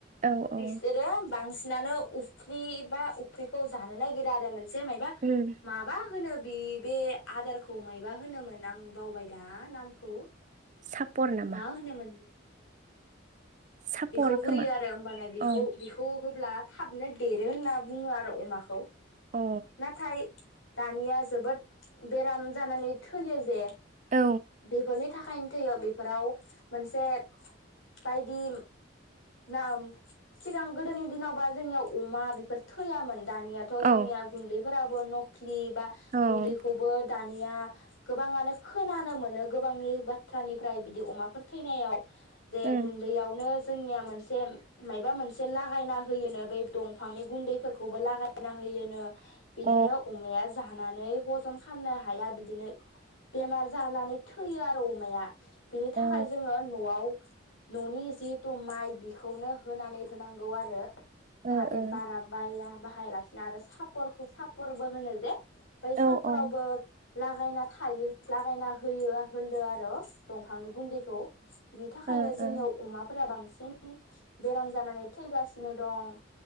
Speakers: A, on the right; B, on the left.
A: औ औ
B: बिसोरो बांसि नानो उफ्रि बा उफ्रिखौ जानो नागिरा आरो मोने से माइबा
A: उम
B: माबा होनो बि बे आदारखौ मायबा होनोमोन आं बावबाय दा नामखौ
A: सापर नामा?
B: मा <unintelligible>
A: सापर
B: बेखौ होयो
A: खोमा
B: आरो होमबाना बेखौ
A: औ
B: बेखौ होब्ला थाबनो देरो होनना बुङो आरो अमाखौ
A: औ
B: नाथाय दानिया जोबोद बेराम जानानै थैयो जे
A: औ
B: बेखौ जे थाखायनो थैयो बेफोराव मोनसे बायदि ना सिगां गोदोनि दिनाव बा जोंनियाव अमा बेफोर थैयामोन। दानिया थ
A: औ
B: जोंनिया गुन्दै फोराबो नक ख्लि बा
A: औ
B: गुन्दैखौबो दानिया गोबाङानो खोनानो मोनो गोबांनि बाथ्रानिफ्राय बिदि अमाफोर थैनायाव जे
A: उम
B: गुन्दैयावनो जोंनिया मोनसे मायबा मोनसे लागायना होयोनो बै दंफांनि गुन्दैफोर खौबो लागायना होयोनो बिदिनो
A: अ
B: अमाया जा नानै हजम खामनो हाया बिदिनो बेमार जानानै थैयो आरो अमाया बिनि था
A: ओ
B: खाय जोङो न'आव न'नि जिहेथु माइ बेखौनो होनानै होनांगौ आरो
A: औ
B: जाहाथे
A: औ
B: बारा बाया बायालासिनो आरो सापरखौ सापर्टबो होनो जे बै सापरावबो
A: ओ ओ
B: लागायना थायो लागायना होयो होनदो आरो दंफांनि बुन्दै खौ बिनि थाखायनो
A: ओ
B: जोंनियाव
A: ओ
B: अमाफोरा बांसिन <unintelligible> बेराम जानानै थैगासिनो दं।